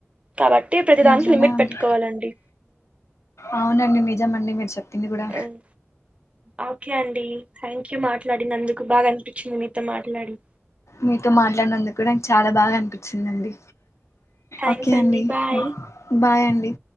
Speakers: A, on the right; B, on the left.
A: కాబట్టి ప్రతిదానికి
B: నిజమే
A: లిమిట్
B: అండి
A: పెట్టుకోవాలండి
B: అవునండి నిజమండి మ స తినీ కూడా
A: ఉమ్. ఓకే అండి డి థ్యాంక్ యూ మాట్లాడింది అందుకు బాగా అనిపించింది మీతో మాట్లాడి
B: మీతో మాట్లాడినందుకు కూడా నాకు చాలా బాగా అనిపించిందండి
A: థ్యాంక్స్
B: ఓకే అండి
A: బాయ్
B: బాయ్ అండి